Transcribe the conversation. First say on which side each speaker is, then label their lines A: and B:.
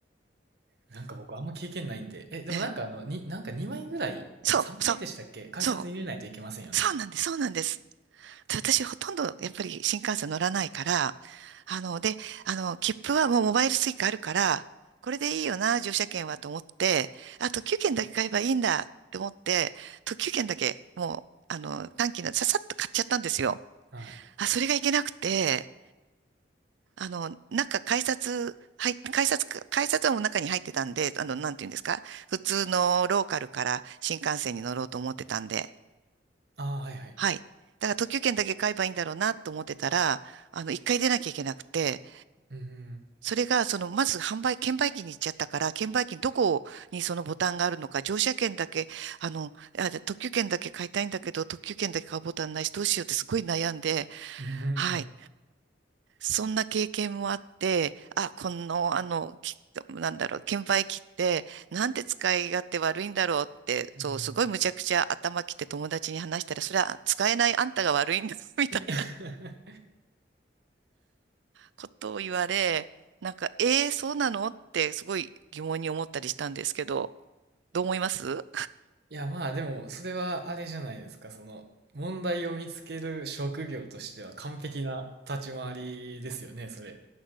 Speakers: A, on the right (about 60°); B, on the right (about 80°).
A: あ、なんか僕あんま経験ないんで。え、でもなんかあの、
B: ええ
A: に、なんか2枚ぐらい、
B: そう、
A: 3枚でしたっけ改札に入れないといけませんよね。
B: そう、そう、そうなんです、そうなんです。私ほとんどやっぱり新幹線乗らないから、あの、で、あの、切符はもうモバイル Suica あるから、これでいいよな、乗車券はと思って、あ特急券だけ買えばいいんだって思って、特急券だけもう、あの、短期のささっと買っちゃったんですよ。
A: はい。
B: あ、それがいけなくて、あの、中改札、入っ改札、改札はもう中に入ってたんで、あの、なんていうんですか、普通のローカルから新幹線に乗ろうと思ってたんで、
A: ああ、はいはい。
B: はい。だから特急券だけ買えばいいんだろうなと思ってたら、あの、一回出なきゃいけなくて、
A: うん。
B: それが、その、まず販売、券売機に行っちゃったから、券売機にどこにそのボタンがあるのか、乗車券だけ、あの、あ、じゃあ特急券だけ買いたいんだけど、特急券だけ買うボタンないし、どうしようってすごい悩んで、
A: うん。
B: はい。そんな経験もあって、あ、この、あの、きなんだろう、券売機って、なんで使い勝手悪いんだろうって、
A: <laughs> うん。
B: そう、すごいむちゃくちゃ頭きて友達に話したら、それは使えないあんたが悪いんだ、<laughs> みたい
A: <laughs>
B: ことを言われ、なんか、えー、そうなのってすごい疑問に思ったりしたんですけど、どう思います
A: いや、まあでも、それはあれじゃないですか。その、問題を見つける職業としては完璧な立ち回りですよね、それ。